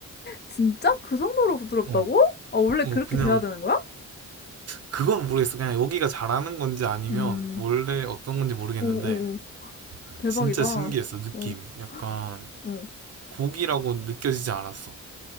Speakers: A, on the left; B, on the right.
A: 진짜? 그 정도로 부드럽다고?
B: 어.
A: 아, 원래
B: 뭐
A: 그렇게
B: 그냥
A: 돼야 되는 거야?
B: 그건 모르겠어. 그냥 여기가 잘하는 건지 아니면
A: 음.
B: 원래 어떤 건지 모르겠는데
A: 오, 오, 오. 대박이다.
B: 진짜 신기했어 느낌이.
A: 어,
B: 약간
A: 응.
B: 고기라고 느껴지지 않았어.